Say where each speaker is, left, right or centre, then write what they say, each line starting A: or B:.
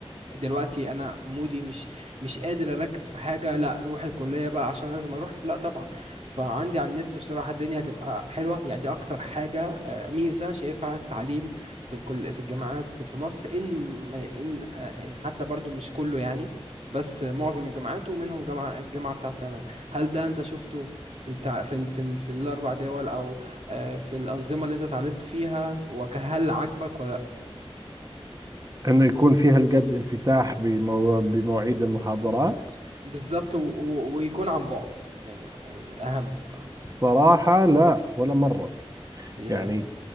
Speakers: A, on the right (about 80°); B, on the right (about 35°).
A: دلوقتي انا مودي مش مش قادر اركز في حاجه لا روح الكليه بقى عشان لازم اروح لا طبعا فعندي على النت بصراحه الدنيا هتبقى حلوه يعني دي اكتر حاجه آه، ميزه شايفها التعليم في الكل في الجامعات في مصر ان ما- ان آه، ان حتى برضو مش كله يعني بس معظم الجامعات ومنهم جامعه الجامعه بتاعتي انا هل ده انت شفته في التع... في ال... في, ال... في الاربع دول او آه، في الانظمه اللي انت اتعلمت فيها وهل عاجبك ولا
B: انه يكون في هالقد انفتاح بمو... بمواعيد المحاضرات
A: بالظبط و... و... ويكون عن بعد يعني الأهم
B: الصراحة لا ولا مرة
A: يا
B: يعني